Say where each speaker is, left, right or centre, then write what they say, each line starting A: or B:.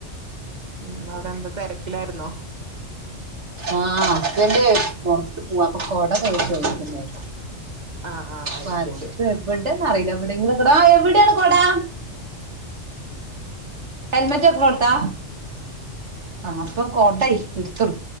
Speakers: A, on the right; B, on the right.
A: ഉം അവിടെ എന്ത് തിരക്കിലായിരുന്നോ
B: ആഹ ഹുസ്ബൻഡ് പുറത്ത് പോവാ അപ്പൊ കൊട പോ ചോദിക്കുന്ന
A: ആഹ് ആഹ് അത്
B: പക്ഷേ
A: ശരി
B: എവിടെന്ന അറിയില്ല എവിടെയെങ്കിലും കൊടാ എവിടൊണ് കൊടാ ഹെൽമെറ്റ് ഒക്കെ കൊടുത്താ ആ അപ്പൊ കോട്യഎടുത്തോളു